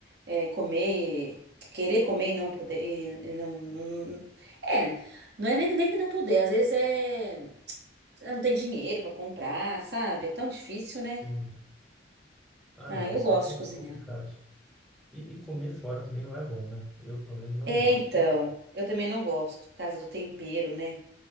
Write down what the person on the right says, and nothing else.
é, comer, querer comer e não poder. e não, não- é, não é nem, nem que não poder, às vezes é. Você não tem dinheiro pra comprar, sabe? É tão difícil, né?
Ah,
eu
gosto
de cozinhar.
É,
então, eu também não gosto, por causa do tempero, né?